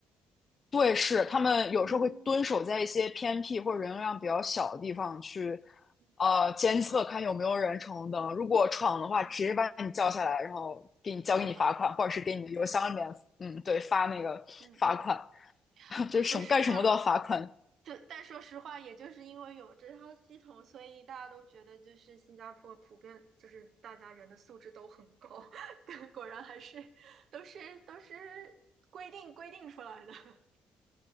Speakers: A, on the left (about 40°); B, on the right (about 65°).
A: 对，是他们有时候会蹲守在一些偏僻或者人流量比较小的地方去，
B: 嗯嗯
A: 呃，监测看有没有人闯红灯。如果闯的话，
B: 嗯嗯，
A: 直接把你叫下来，然后给你交给你罚款，
B: 就罚款。
A: 或者是给你的邮箱里面，
B: 嗯
A: 嗯，对，发那个罚款。
B: 嗯嗯，
A: <laughs>
B: 我说实话，
A: 就是什么干什么都要罚款，
B: 就但说实话，也就是因为有这套系统，所以大家都觉得就是新加坡普遍就是大家人的素质都很高，<laughs> 但果然还是都是都是规定规定出来的。<laughs>